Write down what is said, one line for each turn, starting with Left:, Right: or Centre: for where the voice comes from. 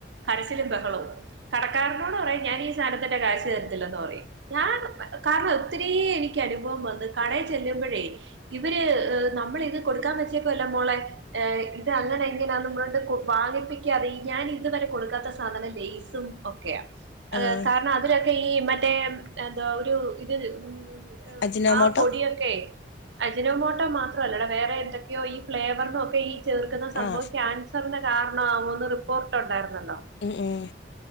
Right: കരച്ചിലും ബഹളവും കടക്കാരനോട് പറയായും ഞാൻ ഈസാദനത്തിന്റെ കാശ് തെരത്തില്ലെന്ന് പറയും ഞാൻ കാരണം ഒത്തിരി എനിക്ക് അനുഭവം വന്ന കടേ ചെല്ലുമ്പോഴേ ഇവര് നമ്മള് ഇന്ന് കൊട്ക്കാൻ വെച്ചേക്കാെല്ലെ മോളെ ഏഹ് ഇത് അങ്ങനെ എങ്ങിനാന്നും പർണ് ട്ട് കുവാങ്ങിപ്പിക്കാതെ ഇ ഞാൻ ഇത് വെരെ കൊട്ക്കാത്ത സാധനാ ലൈസും ഓക്കെയാ ഹ്
Left: ആഹ്
Right: കാരണം അതിലൊക്കെ ഈ മറ്റേംഎന്താേ ഒരു ഇത് <unintelligible>
Left: അജിനോമോട്ടോ
Right: ആപ് ഇയ്യൊക്കേയ് അജിനോമോട്ട മാത്രവെല്ലടാ വേറെ എന്തൊക്കെയോ ഈ ഫ്ലേവർനൊക്കെ ഈ ചേർക്ക്ന്ന സംഭവം
Left: ആഹ്
Right: ക്യാൻസെറിന് കാരണം ആവോന്ന് റിപ്പോർട്ട് ഉണ്ടായിരുന്നല്ലോ
Left: ഉം ഉം